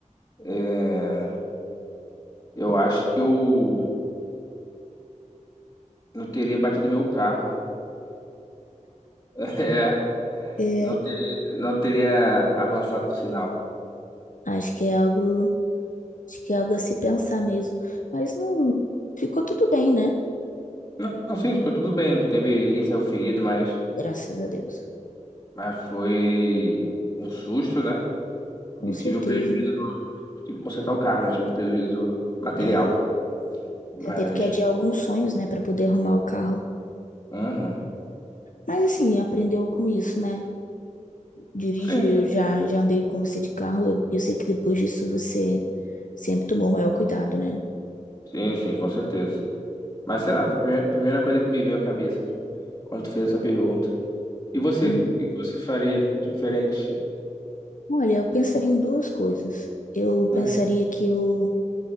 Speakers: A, on the left; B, on the left.
A: é, eu acho que eu não teria batido meu carro. <laughs> É,
B: É,
A: não teria, não teria avançado do sinal.
B: acho que é algo, acho que é algo a se pensar mesmo. Mas não ficou tudo bem, né?
A: Não, não, sim, ficou tudo bem, não teve, ninguém saiu ferido, mas,
B: Graças a Deus.
A: mas foi um susto, né?
B: Com
A: E
B: certeza.
A: tive o prejuízo do. Tive que consertar o carro, né? Tive o prejuízo material.
B: É,
A: Mas.
B: já teve que adiar alguns sonhos, né, Pra poder arrumar o carro.
A: Uhum.
B: Mas assim, aprendeu com isso, né? Dirige,
A: Sim,
B: eu já, já andei com você de carro, eu, eu sei que depois disso você sempre tomou maior cuidado, né?
A: sim, sim, com certeza. Mas sei lá, a primeira primeira coisa que me veio à cabeça quando tu fez essa pergunta. E você?
B: Hum,
A: O que que você faria diferente?
B: Olha, eu pensaria em duas coisas. Eu pensaria
A: Uhum,
B: que eu